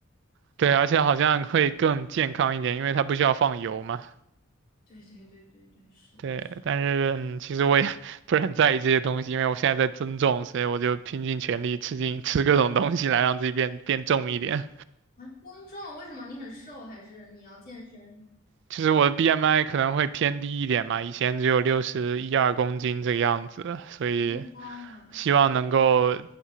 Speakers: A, on the right; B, on the left.
A: 对，而且好像会更健康一点，因为它不需要放油嘛。
B: 对对对对对，是的，
A: 对，
B: 是的。
A: 但是嗯，其实我也 <laughs> 不是很在意这些东西，因为我现在在增重，所以我就拼尽全力吃进 <laughs> 吃各种东西来让自己变变重一点。
B: 啊，公众，为什么你很瘦，还是你要健身？
A: 其实我的 BMI 可能会偏低一点嘛，以前只有六十一二公斤这个样子，所以。
B: 你多高呀？
A: 希望能够